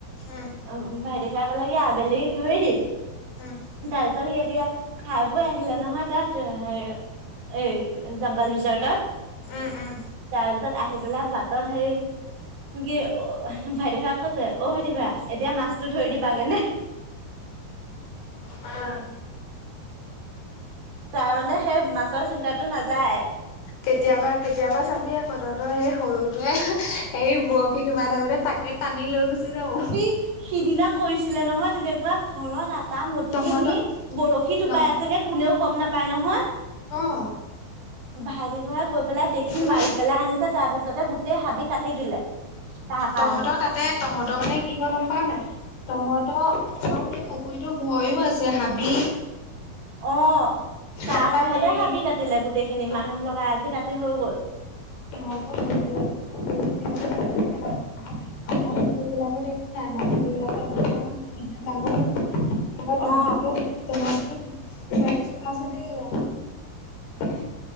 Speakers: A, on the left; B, on the right.
A: উম
B: অ', ভাইটি খুৰাই ক'লে কি আবেলি ধৰি দিম,
A: উম
B: তাৰ পিছত সি এতিয়া খাই বৈ আহিলে নহয় তাত হেৰি। এ, জংগল ৰিজৰ্টতত।
A: উম উম
B: তাৰপিছত আহি পেলাই বাটত হেৰি কি অ', ভাইটি খোৰাক কৈছে অ', ভাইটি খুৰা এতিয়া মাছতটো ধৰি দিবাগেনে।
A: অ'।
B: তাৰমানে সেই মাছৰ চিন্তাটো নাযায়।
A: কেতিয়াবা, কেতিয়াবা চাবি আকৌ তহঁতৰ সেই সৰুটোৱে এই বৰশী তোমাৰ থাকোতে। তাকে টানি লৈ গুচি যাব
B: এই সিদিনা কৰিছিলে নহয়, তেনেকুৱা ঘৰত। টা মুঠি
A: তহঁতৰ
B: নি বৰশী টোপাই
A: ন
B: আছেগে, কোনেও গম নাপায় নহয়।
A: অ'।
B: ভাইটি খুৰাই গৈ পেলাই দেখি
A: অলপ
B: মাৰি পেলাই আনিছে, তাৰ পিছতে গোটেই হাবি কাটি দিলে। তাৰ কাৰণে
A: তহঁতৰ তাতে তহঁতৰ মানে কি মই গম পাৱ নাই। তহঁত আৰু সেই পুখুৰীতটো ভয়ো আছে হাবি।
B: অ', তাৰ
A: তাৰপা
B: জহতে
A: হেৰি
B: হাবি কাটিলে গোটেই খিনি
A: তহঁতৰ
B: মানুহ লগাই আজি কাট হৈ গ'ল।
A: <inaudible> আমাৰ পুখুৰি বিলাকত একো নাই, আমাৰ পুখুৰ বিলাকৰোৰ অকনমান দ আছে, ইমান ডাঙৰ নহয়।
B: অ
A: <unintelligible> <unintelligible> তোমাৰ। তিনিজ। <unintelligible> <unintelligible> <unintelligible>